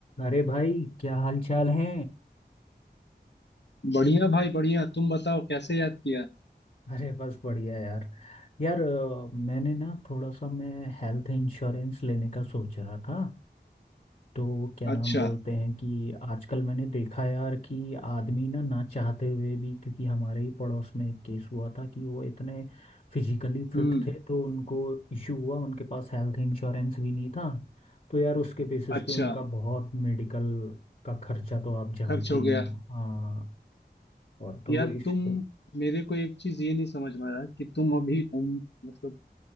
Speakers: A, on the left; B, on the left.
A: अरे भाई क्या हाल चाल है
B: बढ़िया भाई बढ़िया तुम बताओ कैसे याद किया
A: अरे बस बढ़िया यार यार अ, मैंने ना थोड़ा सा मैं हेल्थ इंश्योरेंस लेने का सोच रहा था तो क्या नाम
B: अच्छा
A: बोलते हैं कि आजकल मैंने देखा यार कि आदमी ना ना चाहते हुए भी क्योंकि हमारे ही पड़ोस में एक केस हुआ था कि वो इतने फिजिकली फिट
B: हम्म
A: थे तो उनको इश्यू हुआ उनके पास हेल्थ इंश्योरेंस भी नहीं था तो यार उसके बेसिस
B: अच्छा
A: पे उनका बहुत मेडिकल का खर्चा तो आप जानते
B: खर्च हो
A: ही
B: गया
A: हो हाँ और तो
B: यार
A: इस
B: तुम मेरे को एक चीज ये नहीं समझ में आ रहा कि तुम अभी उम, मतलब